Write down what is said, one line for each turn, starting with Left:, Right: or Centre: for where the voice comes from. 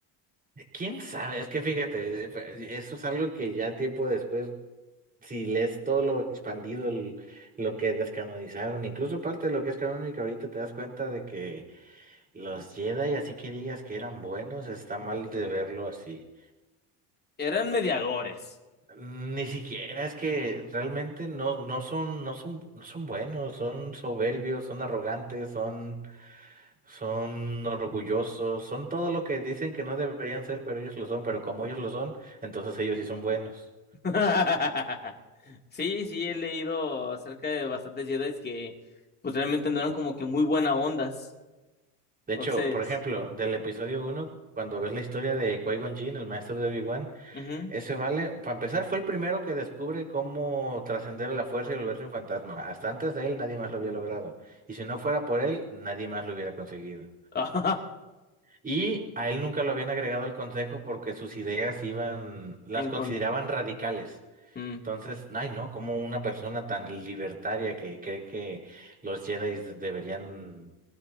Right: ¿Quién sabe? Es que fíjate, eh, pues, eso es algo que ya tiempo después si lees todo lo expandido, el- lo que descanonizaron, incluso parte de lo que es canónico, ahorita te das cuenta de que los Jedi, así que digas que eran buenos, está mal de verlo así.
Left: Eran
Right: Y
Left: mediadores.
Right: Ni siquiera es que realmente no, no son, no son, no son buenos, son soberbios, son arrogantes, son, son orgullosos, son todo lo que dicen que no deberían ser, pero ellos lo son, pero como ellos lo son, entonces ellos sí son buenos.
Left: <laughs> Sí, sí, he leído acerca de bastantes Jedi que pues realmente no eran como que muy buena ondas.
Right: De hecho,
Left: Entonces,
Right: por ejemplo, del episodio uno, cuando ves la historia de Qui-Gon Jinn, el maestro de Obi-Wan,
Left: ujú.
Right: ese vale, para empezar, fue el primero que descubre cómo trascender a la fuerza y volverse un fantasma. Hasta antes de él, nadie más lo había logrado. Y si no fuera por él, nadie más lo hubiera conseguido.
Left: <laughs> Ajá.
Right: Y a él nunca lo habían agregado al consejo porque sus ideas iban, las
Left: En
Right: consideraban
Left: con-
Right: radicales.
Left: mm.
Right: Entonces, ay no, como una persona tan libertaria que cree que los Jedi deberían